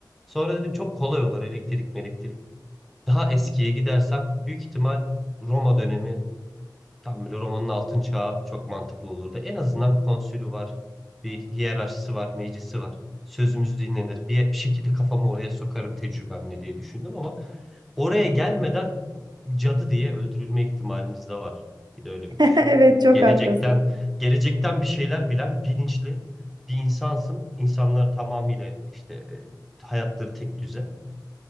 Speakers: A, in the centre; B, on the right.
A: Sonra dedim çok kolay olur elektrik elektrik. Daha eskiye gidersem büyük ihtimal Roma dönemi Tam böyle romanın altın çağı çok mantıklı olurdu. En azından konsülü var, bir hiyerarşisi var, meclisi var. Sözümüz dinlenir. Bir, bir şekilde kafamı oraya sokarım tecrübemle diye düşündüm ama oraya gelmeden cadı diye öldürülme ihtimalimiz de var. Bir de öyle
B: <laughs>
A: bir düşünün
B: Evet,
A: yani.
B: çok
A: Gelecekten,
B: haklısın.
A: gelecekten bir şeyler bilen bilinçli bir insansın. İnsanlar tamamıyla işte e, hayatları tek düze.